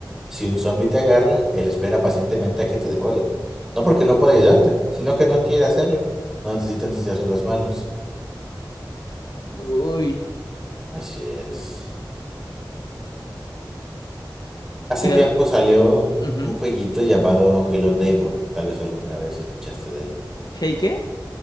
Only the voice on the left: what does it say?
Uy.
Que,
ah,
ujú.
Hey, ¿qué?